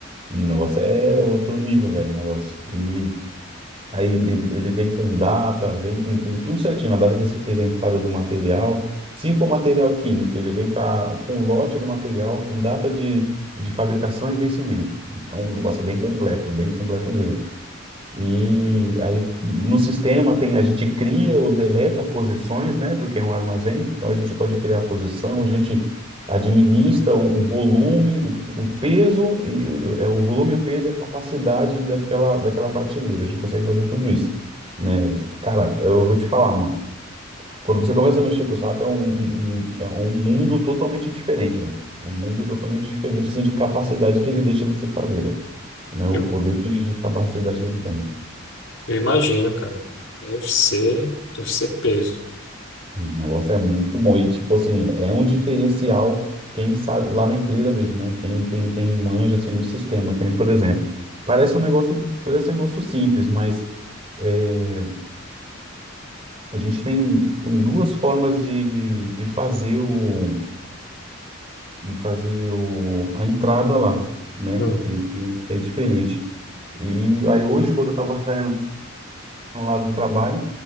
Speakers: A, on the right; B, on the left.
A: Nossa, é outro nível, velho, o negócio. E Aí ele, ele ele vem com data, vem com, com tudo certinho, a data que você fez a entrada do material. Se for material químico, ele vem com, a, com o lote do material, com data de, de fabricação e vencimento. Então, o negócio é bem completo, bem completo mesmo. E aí no sistema tem, a gente cria ou deleta posições, né? Porque é um armazém, então a gente pode criar a posição, a gente administra o, o volume, o, o peso, e o- é o volume, o peso e a capacidade daquela, daquela prateleira. A gente consegue fazer tudo isso, né? Cara, eu vou te falar, mano. Quando você começa a mexer com o SAP, é um, um- um- é um mundo totalmente diferente, velho. é Um mundo totalmente diferente, assim, de capacidade que ele deixa você fazer, velho. Né?
B: Eu,
A: O poder de de capacidade que ele tem.
B: eu imagino, cara. Deve ser, deve ser peso.
A: O negócio é muito bom. E, tipo assim, é um diferencial, quem sabe, lá na empresa mesmo, né? Quem, quem, quem manja, assim, do sistema. Que nem, por exemplo, parece um negócio, parece um negócio simples, mas é, a gente tem, tem duas formas de, de, de fazer o, de fazer o, a entrada lá, né?
B: Hum.
A: E, e, que é diferente. E aí hoje, quando eu tava saindo lá do trabalho,